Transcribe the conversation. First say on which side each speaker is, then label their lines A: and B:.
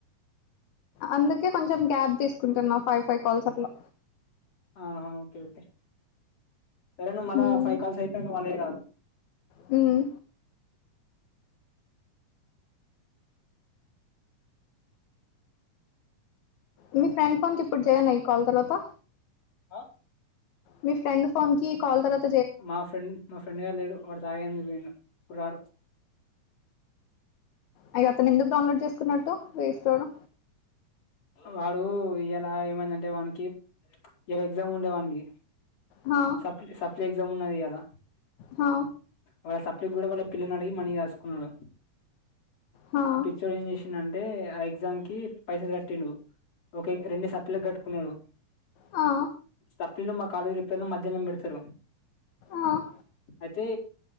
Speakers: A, on the left; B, on the left.
A: అందుకే కొంచెం గ్యాప్ తీసుకుంటున్నా ఫైవ్ ఫైవ్ కాల్స్ అట్లా
B: ఆహా ఓకే ఓకే సరే నువ్ మల్లా
A: హ్మ్
B: ఫైవ్ కాల్స్ అయిపోయినంక మల్లా చేయరాదు
A: హ్మ్ మీ ఫ్రెండ్ ఫోన్కిప్పుడు చేయనా ఈ కాల్ తర్వాత
B: ఆ
A: మీ ఫ్రెండ్ ఫోన్కి కాల్ తర్వాత్
B: మా ఫ్రెండ్ మా ఫ్రెండ్గా లేడు వాడు తాగందూకి పోయిండు ఇప్పుడు రాడు
A: అయ్యి అతను ఎందుకు డౌన్లోడ్ చేసుకున్నట్టు వేస్ట్ ఒడు
B: వాడు ఇయల ఏమైందంటే వానికి ఇయల ఎగ్జామ్ ఉండే వానికి
A: హా
B: సప్ సప్లై ఎగ్జామ్ ఉన్నది ఇయల
A: హా
B: వాళ్ళ సప్లై కూడా వాళ్ళ పిల్లనడిగి మనీ దాసుకున్నాడు
A: హా
B: ఆ పిచ్చోడు ఏం చేసిండ టే ఆ ఎగ్జామ్ కి పైసల్ కట్టిండు ఒకే రెండు సప్లీలకి కట్టుకున్నాడు
A: హా
B: సప్లిలు మా కాలేజ్ల ఎప్పుడైనా మధ్యానం పెడతారు
A: ఆహ్
B: అయితే